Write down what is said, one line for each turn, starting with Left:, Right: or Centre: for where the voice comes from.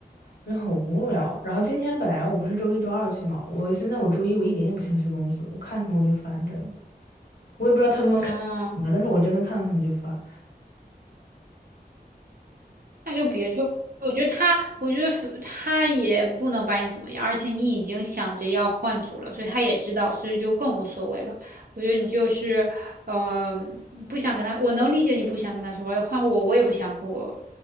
Left: 我就很无聊。然后今天本来我不是周一周二去嘛，我现在我周一我一点也不想去公司，我看他们我就烦着呢，我也不知道他们看什么，
Right: 嗯。
Left: 但是我真的看到他们就烦。
Right: 那就别去。我觉得他，我觉得他也不能把你怎么样，而且你已经想着要换组了，所以他也知道，所以就更无所谓了。我觉得你就是，嗯、不想跟他，我能理解你不想跟他说话，换我，我也不想跟我